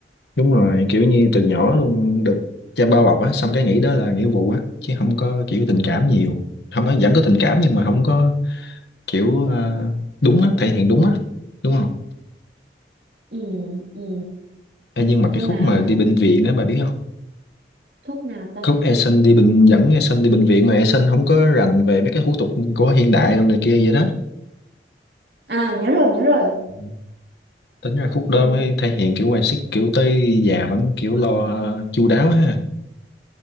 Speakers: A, on the left (about 70°); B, on the right (about 60°).
A: đúng rồi kiểu như từ nhỏ luôn được cha bao bọc á xong cái nghĩ đó là nghĩa vụ á chứ không có kiểu tình cảm nhiều không nói vẫn có tình cảm nhưng mà không có kiểu ờ, đúng á thể hiện đúng á đúng không
B: ừ ừ
A: Ê, nhưng mà
B: nhưng
A: cái khúc
B: mà
A: mà đi bệnh viện á bà biết không
B: thuốc nào ta
A: khúc Eason đi bệnh dẫn Eason đi bệnh viện mà Eason không có rành về mấy cái hủ tục của hiện đại đâu này kia vậy đó
B: à nhớ rồi nhớ rồi
A: Ừ. tính ra khúc đó
B: ừ
A: mới thể hiện kiểu quan sức kiểu tới già vẫn kiểu lo chu đáo ha